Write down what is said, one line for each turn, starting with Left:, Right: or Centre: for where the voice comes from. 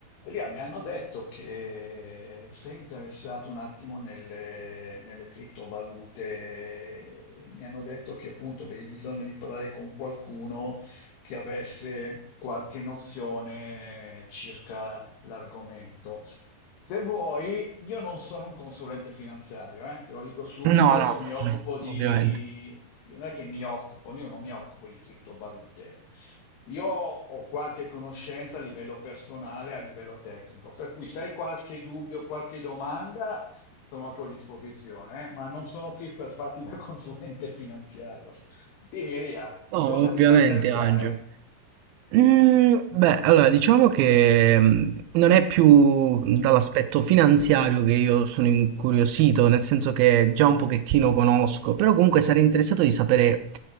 Left: Elia, mi hanno detto che sei interessato un attimo nelle, nelle criptovalute, e mi hanno detto che appunto avevi bisogno di parlare con qualcuno che avesse qualche nozione circa l'argomento. Se vuoi, io non sono un consulente finanziario, eh, te lo dico subito,
Right: No, no,
Left: io mi occupo di...
Right: ovviamente.
Left: io Non è che mi occupo, io non mi occupo di criptovalute. Io ho qualche conoscenza a livello personale, a livello tecnico, per cui se hai qualche dubbio, qualche domanda, sono a tua disposizione, eh, ma non sono qui per farti da <laughs> consulente finanziario. Dimmi, Elia,
Right: No,
Left: cosa
Right: ovviamente,
Left: ti può interessare?
Right: Angelo.
Left: Dimmi.
Right: Mm, beh, allora diciamo che mm, non è più dall'aspetto finanziario che io sono incuriosito, nel senso che già un pochettino conosco, però comunque sarei interessato di sapere,